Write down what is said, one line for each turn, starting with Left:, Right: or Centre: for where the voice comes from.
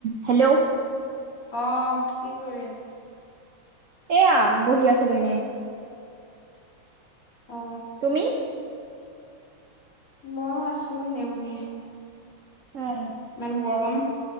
Right: হেল্ল'।
Left: অ কি কৰি আছ?
Right: এয়া বহি আছিলো এনে,
Left: অ
Right: তুমি?
Left: মইও আছো এনে বহি,
Right: উম,
Left: ইমান গৰম।